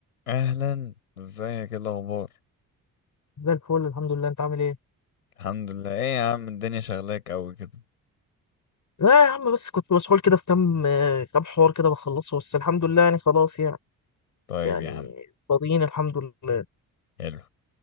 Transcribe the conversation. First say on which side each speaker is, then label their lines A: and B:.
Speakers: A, on the left; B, on the left.
A: اهلا ازيك ايه الاخبار
B: زي الفل الحمد لله انت عامل ايه
A: الحمد لله ايه يا عم الدنيا شغلاك قوي كده
B: لا يا عم بس كنت مسحول كده في كام آه، كام حوار كده بخلصه بس الحمد لله يعني خلاص يعني
A: طيب
B: يعني
A: يا عم
B: فاضيين الحمد لله
A: حلو